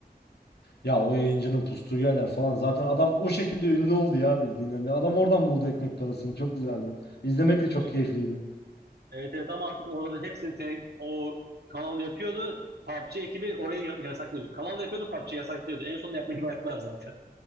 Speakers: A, on the left; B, on the right.
A: Ya o yayıncının pustuğu yerler falan zaten adam o şekilde ünlü oldu ya bildiğin hani adam oradan buldu ekmek parasını çok güzeldi. İzlemek de çok
B: Evet,
A: keyifliydi.
B: evet, evet ama artık oraların hepsini te- o kanal yapıyordu. PUBG ekibi orayı ya- yasaklıyordu. Kanal yapıyordu, PUBG yasaklıyordu. En sonunda yapmayı bıraktılar zaten.